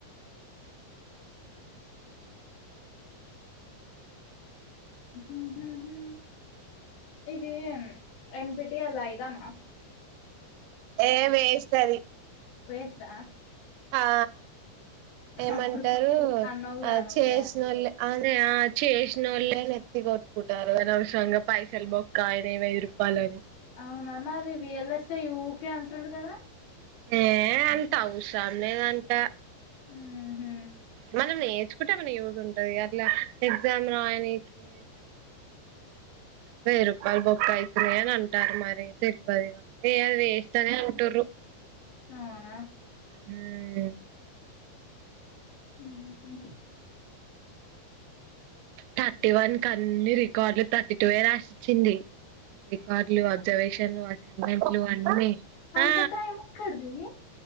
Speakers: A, on the left; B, on the right.
A: హ ఇది ఏం ఎన్ పి టి ఎల్ ఐదమా?
B: ఏ వేస్ట్ అది.
A: వాస్టా
B: ఆ, ఏమంటారు
A: అప్పుడు అన్నావుగా
B: ఆ
A: నువ్వే
B: చేసినోల్లే
A: అని
B: ఆ ఆ చేసినోళ్ళే నెత్తి కొట్టుకుంటారు, అనవసరంగా పైసలు బొక్కా అయినై వెయ్యి రూపాయలు అని.
A: అవునా మరి వి ఎల్ ఎస్ ఐ ఊకే అంటుండు కదా.
B: ఏ అంతా అవ్సర్ లేదంట.
A: ఉహు
B: మనం నేర్చుకుంటే ఏమన్న యూజ్ ఉంటది, అట్లా ఎగ్జామ్ రాయనీకి వెయ్యి రూపాయలు బొక్క అయితున్నయని అంటార్రు మరి తెలవది. ఏ వేస్ట్ అది అంటుర్రూ,
A: అవునా
B: హ్మ్
A: ఉహు
B: థర్టీ వన్ కన్ని రికార్డులు థర్టీ టూయే రాసిచ్చింది, రికార్డులు వ రిజర్వేషన్లు అసైన్మెంట్లు అన్నీ,
A: అంత
B: ఆ
A: టైం ఎక్కడిది